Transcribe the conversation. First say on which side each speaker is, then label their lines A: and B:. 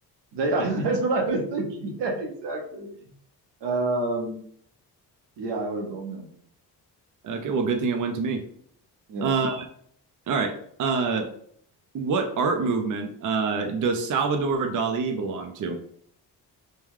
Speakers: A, on the right; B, on the right.
A: they <laughs> that's what I was thinking. <laughs> Yeah, exactly. Um, yeah, I would have blown that one.
B: Okay. Well, good thing it went to me.
A: Yeah.
B: Uh, all right. Uh, what art movement uh, does Salvador Dali belong to?